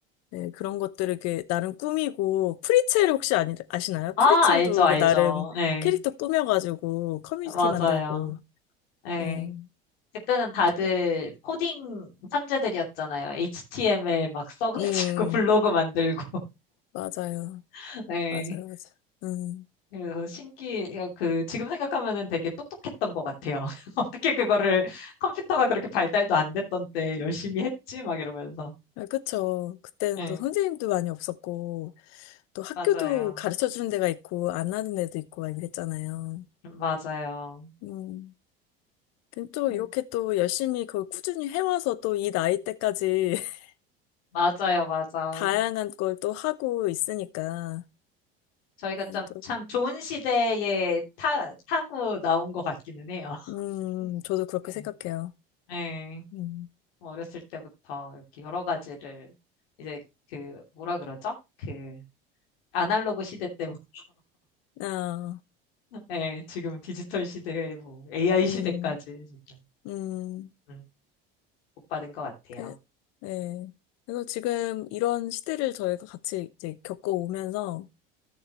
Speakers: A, on the left (about 60°); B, on the left (about 80°).
A: 네, 그런 것들을 이렇게 나름 꾸미고, 프리첼 혹시 아니, 아시나요?
B: 아,
A: 프리첼도
B: 알죠, 알죠.
A: 이게 나름
B: 네.
A: 캐릭터 꾸며가지고 커뮤니티
B: 맞아요.
A: 만들고,
B: 예.
A: 네.
B: 그때는 다들
A: 그,
B: 코딩 천재들이었잖아요. HTML 막 써가지고
A: 음,
B: <laughs> 블로그 만들고.
A: 맞아요.
B: <laughs> 네
A: 맞아요. 맞아요. 음,
B: 그래서 신기, 그, 지금 생각하면은 되게 똑똑했던 것 같아요. <laughs> 어떻게 그거를 컴퓨터가 그렇게 발달도 안 됐던 때 열심히 했지? 막 이러면서.
A: 아, 그쵸. 그때는
B: 네
A: 또 선생님도 많이 없었고, 또 학교도
B: 맞아요.
A: 가르쳐 주는 데가 있고, 안 하는 데도 있고, 막 이랬잖아요.
B: 맞아요.
A: 음. 근데 또
B: 네.
A: 이렇게 또 열심히 그걸 꾸준히 해와서 또 이 나이 때까지 <laughs>
B: 맞아요, 맞아.
A: 다양한 걸 또 하고 있으니까.
B: 저희가
A: 음,
B: 좀,
A: 또
B: 참 좋은 시대에 타, 타고 나온 것 같기는 해요. <laughs>
A: 음, 저도 그렇게
B: 네
A: 생각해요.
B: 네.
A: 음,
B: 어렸을 때부터 이렇게 여러 가지를 이제 그 뭐라 그러죠? 그 아날로그 시대 때부터
A: 아,
B: <laughs> 예, 지금 디지털 시대, 뭐 AI
A: 음,
B: 시대까지 지금
A: 음,
B: 음, 복받은 것 같아요.
A: 그, 네. 그래서 지금 이런 시대를 저희가 같이 이제 겪어오면서